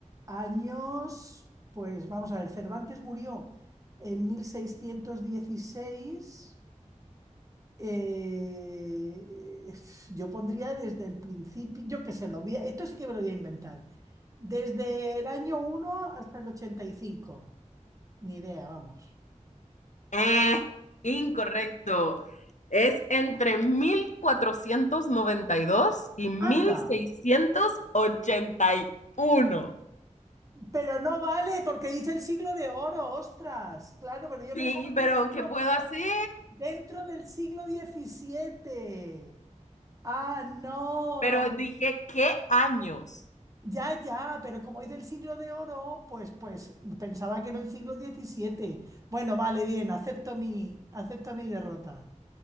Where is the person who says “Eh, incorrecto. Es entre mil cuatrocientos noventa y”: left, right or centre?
Left